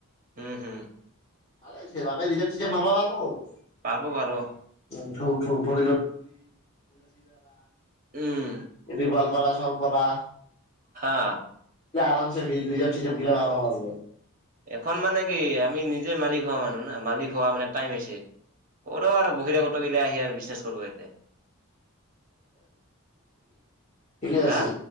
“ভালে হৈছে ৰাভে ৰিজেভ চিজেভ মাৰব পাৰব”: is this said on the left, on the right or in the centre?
Left